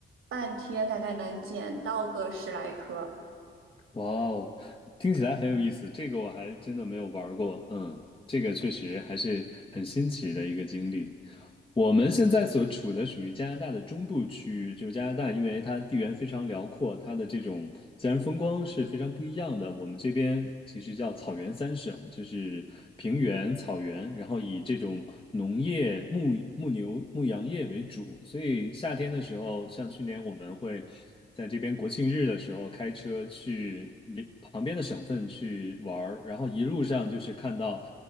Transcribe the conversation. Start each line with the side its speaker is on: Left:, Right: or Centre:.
Right: 半天大概能捡到个十来颗。
Left: 哇哦，听起来很有意思，这个我还真的没有玩过。嗯，这个确实还是很新奇的一个经历。我们现在所处的属于加拿大的中部区域，就是加拿大，因为它地缘非常辽阔，它的这种自然风光是非常不一样的。我们这边其实叫草原三省，就是平原、草原，然后以这种农业、牧牧牛、牧羊业为主。所以夏天的时候，像去年我们会。在这边国庆日的时候开车去邻旁边的省份去玩儿，然后一路上就是看到